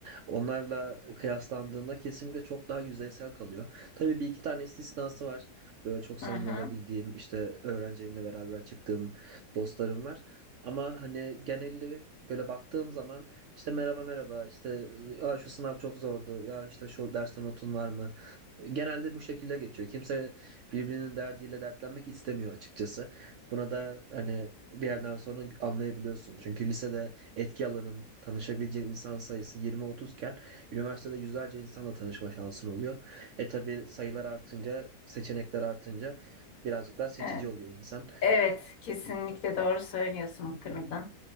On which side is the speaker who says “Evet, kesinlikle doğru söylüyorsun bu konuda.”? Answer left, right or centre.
Left